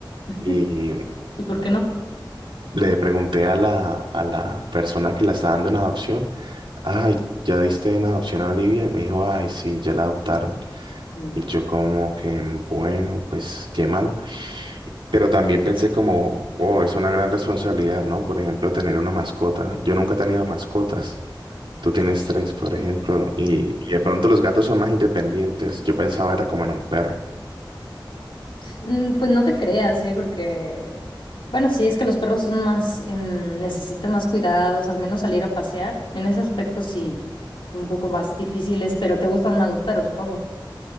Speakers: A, on the left (about 80°); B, on the right (about 80°).
A: <laughs>
B: y
A: ¿Y por qué no?
B: Le pregunté a la, a la persona que la está dando en adopción, ay, ¿ya diste en adopción a Olivia? Y me dijo, ay, sí, ya la adoptaron.
A: Mm.
B: Y yo como que, bueno, pues qué mal. Pero también pensé como, oh, es una gran responsabilidad, ¿no? Por ejemplo, tener una mascota. Yo nunca he tenido mascotas. Tú tienes tres, por ejemplo, y, y de pronto los gatos son más independientes. Yo pensaba era como en un perro.
A: Mm, Pues no te creas, ¿eh? Porque, bueno, sí, es que los perros son más, em, necesitan más cuidados, al menos salir a pasear. En ese aspecto sí, un poco más difíciles, pero te gustan más los perros, supongo.